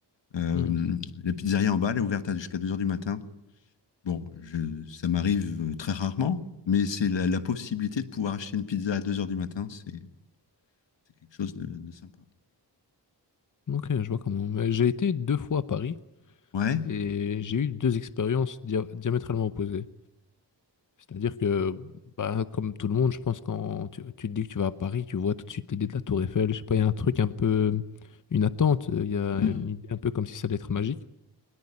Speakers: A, on the left (about 85°); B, on the left (about 45°).
A: Euh,
B: Mhm.
A: la pizzeria en bas, elle est ouverte à- jusqu'à 2 heures du matin. Bon, je, ça m'arrive euh, très rarement, mais c'est la, la possibilité de pouvoir acheter une pizza à 2 heures du matin, c'est c'est quelque chose de, de sympa.
B: Ok, je vois comment. Mais j'ai été deux fois à Paris
A: Ouais.
B: et j'ai eu deux expériences dia- diamétralement opposées. C'est-à-dire que, bah, comme tout le monde, je pense, quand tu, tu te dis que tu vas à Paris, tu vois tout de suite l'idée de la Tour Eiffel. Je sais pas, il y a un truc un peu, une attente, il y a
A: Mm.
B: une idée un peu comme si ça allait être magique.